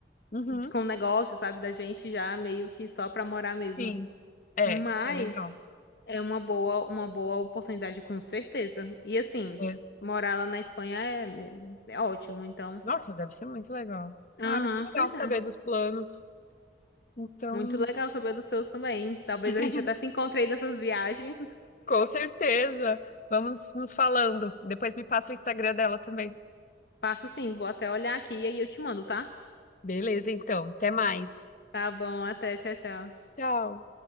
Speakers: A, on the left; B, on the left.
A: Uhum,
B: com o negócio, sabe, da gente já meio que só pra morar mesmo.
A: sim. É,
B: Mas
A: isso é legal.
B: é uma boa, uma boa oportunidade com certeza. E assim,
A: É.
B: morar lá na Espanha é, né, é ótimo, então.
A: Nossa, deve ser muito legal.
B: Aham,
A: Ah, mas que legal
B: pois
A: saber
B: é.
A: dos planos. Então,
B: Muito legal saber dos seus também. Talvez
A: <laughs>
B: a gente até se encontre aí nessas viagens.
A: com certeza. Vamos nos falando. Depois me passa o Instagram dela também.
B: Passo sim, vou até olhar aqui e aí eu te mando, tá?
A: Beleza, então. Até mais.
B: Tá bom, até, tchau, tchau.
A: Tchau.